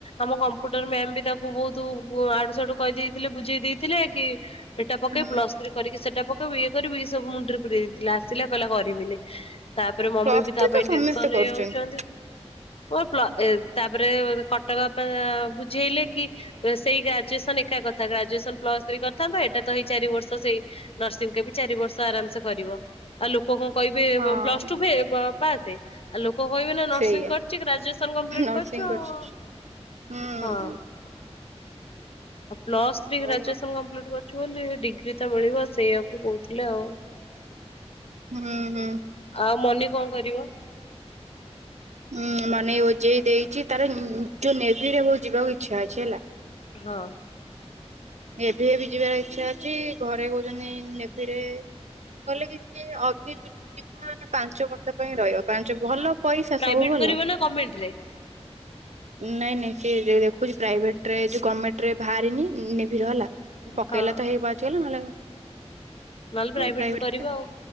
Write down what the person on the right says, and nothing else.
ହୁଁ
ପ୍ଲସ୍
ଥ୍ରୀ
ତ
ସମସ୍ତେ
କରୁଛନ୍ତି।
ହଁ
ସେଇଆ
ନର୍ସିଂ
କରିଛି ହୁଁ।
ହଉ
ଆଉ
ହୁଁ ହୁଁ।
ହଁ ମାନେ ଓଜେଇ ଦେଇଛି ତାର ହୁ ନେଭି ରେ ବହୁତ ଯିବାକୁ ଇଚ୍ଛା ଅଛି ହେଲା।
ନେଭିରେ ବି ଯିବାର ଇଚ୍ଛା ଅଛି ଘରେ କହୁଛନ୍ତି ନେଭିରେ କହଲେ କି ଯ ଅଗ୍ନିରେ ଯିବ ମେ ପାଞ୍ଚ ବର୍ଷ ପାଇଁ ରହିବ ପାଞ୍ଚ ଭଲ ପଇସା
ସବୁ ଭଲ
ନାଇଁ ନାଇଁ। ସେଏ ଦେ ଦେଖୁଛି ପ୍ରାଇଭେଟ ରେ ଯ ଗଭର୍ଣ୍ଣମେଣ୍ଟ ରେ ବାହାରିନି ନେଭିର ହେଲା। ପକେଇଲା
ତ ହେଇବାଜିଗଲା ନହେଲେ
ପ୍ରାଇଭେଟ